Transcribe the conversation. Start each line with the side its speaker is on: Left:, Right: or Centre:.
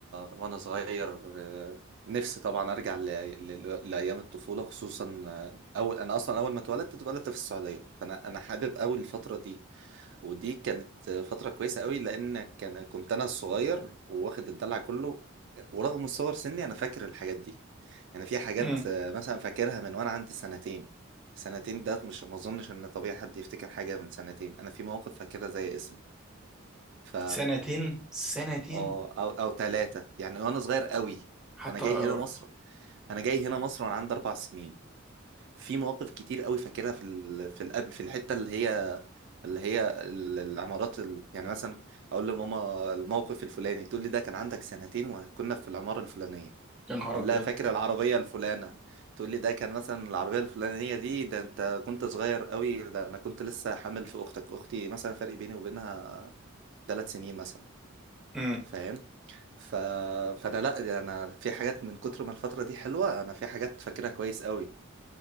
Right: وانا صغير آه، نفسي طبعا ارجع ل... ل... لايام الطفوله خصوصا آه، اول انا اصلا اول ما اتولدت اتولدت في السعوديه فانا انا حابب قوي الفتره دي ودي كانت آه، فتره كويسه قوي لان كان كنت انا الصغير وواخد الدلع كله ورغم صغر سني انا فاكر الحاجات دي يعني في حاجات
Centre: امم
Right: آه، مثلا فاكرها من وانا عندي سنتين سنتين ده مش ما اظنش ان طبيعي حد يفتكر حاجه من سنتين انا في مواقف فاكرها زي اسمي ف
Centre: سنتين سنتين
Right: اه او او ثلاثة يعني وانا صغير قوي
Centre: حتى
Right: انا جاي
Centre: أرقى.
Right: هنا مصر انا جاي هنا مصر وانا عندي اربع سنين في مواقف كتير قوي فاكرها في ال... في القبل في الحتة اللي هي اللي هي ال- العمارات ال... يعني مثلا اقول لماما الموقف الفلاني تقول لي ده كان عندك سنتين وكنا في العمارة الفلانية
Centre: يا نهار
Right: اقول
Centre: ابيض
Right: لها فاكر العربية الفلانة تقول لي ده كان مثلا العربية الفلانية دي ده انت كنت صغير قوي ده انا كنت لسه حامل في اختك اختي مثلا فرق بيني وبينها ثلاث سنين مثلا
Centre: امم
Right: فاهم ف... فانا لا ده انا في حاجات من كتر ما الفتره دي حلوه انا في حاجات فاكرها كويس قوي